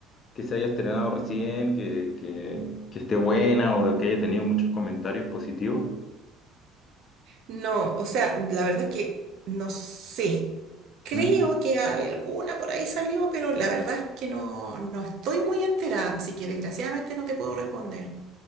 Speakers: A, on the left; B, on the right.
A: que se haya estrenado recién, que, que, que esté buena o que haya tenido muchos comentarios positivos?
B: No, o sea, la verdad que no sé. Creo
A: ¿Mm?
B: que alguna por ahí salió, pero la verdad es que no, no estoy muy enterada, así que desgraciadamente no te puedo responder.